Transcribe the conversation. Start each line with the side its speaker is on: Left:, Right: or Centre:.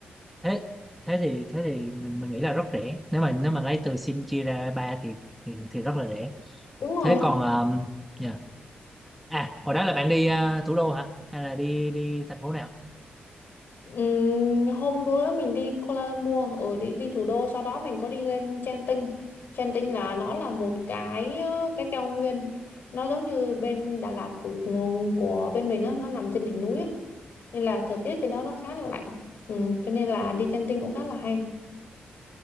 Centre: thế thế thì thế thì mình, mình nghĩ là rất rẻ nếu mà nếu mà lấy từ Sing chia ra ba thì, thì thì rất là rẻ
Left: đúng rồi
Centre: thế còn um, yeah. à hồi đó là bạn đi à, thủ đô hả hay là đi đi thành phố nào
Left: Ừm, hôm bữa đó mình đi Kuala Lumpur ở ừ, đi, đi thủ đô sau đó mình có đi lên Genting Genting là nó là một cái ờ, cái cao nguyên nó giống như bên Đà Lạt của của, của bên mình á nó nằm trên đỉnh núi á nên là thời tiết trên đó nó khá là lạnh ừ, cho nên là đi Genting cũng khá là hay